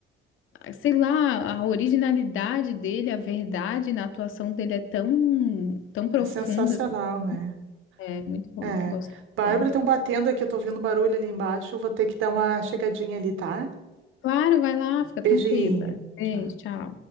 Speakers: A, on the left; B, on the right.
A: sei lá, a originalidade dele, a verdade na atuação dele é tão, tão profunda,
B: É sensacional,
A: assim,
B: né?
A: é muito bom,
B: É.
A: gosto
B: Bárbara,
A: dele.
B: estão batendo aqui, eu tô ouvindo barulho ali embaixo. Eu vou ter que dar uma chegadinha ali, tá?
A: Claro, vai lá, fica
B: Beijinho.
A: tranquila. Beijo,
B: Tchau.
A: tchau.